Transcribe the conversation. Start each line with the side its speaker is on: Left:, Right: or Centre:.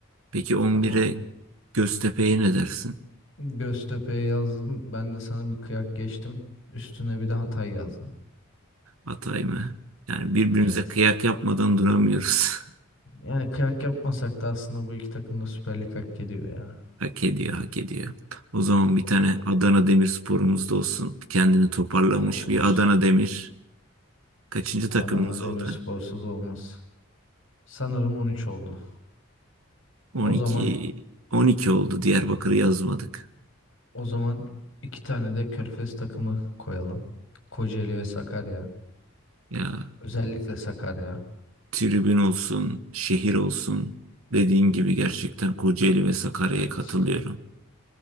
Right: Peki 11'e
Left: Tamam.
Right: Göztepe'ye ne dersin?
Left: Göztepe'ye yazdım. Ben de sana bir kıyak geçtim. Üstüne bir de Hatay yazdım.
Right: Atay mı? Yani birbirimize
Left: Evet.
Right: kıyak yapmadan duramıyoruz. <laughs>
Left: Yani kıyak yapmasak da aslında bu iki takım da Süper Lig hak ediyor ya.
Right: Hak ediyor, hak ediyor. O zaman bir
Left: O-
Right: tane Adana Demirspor'umuz da olsun. Kendini toparlamış
Left: olsun
Right: bir
Left: olsun.
Right: Adana Demir. Kaçıncı
Left: Adana
Right: takımımız
Left: Demirspor'suz
Right: oldu?
Left: olmaz. Sanırım 13 oldu.
Right: 12
Left: O zaman
Right: 12 oldu. Diyarbakır'ı yazmadık.
Left: o zaman iki tane de Körfez takımı koyalım. Kocaeli ve Sakarya.
Right: Ya
Left: Özellikle Sakarya.
Right: tribün olsun, şehir olsun. Dediğin gibi gerçekten Kocaeli ve Sakarya'ya
Left: Evet.
Right: katılıyorum.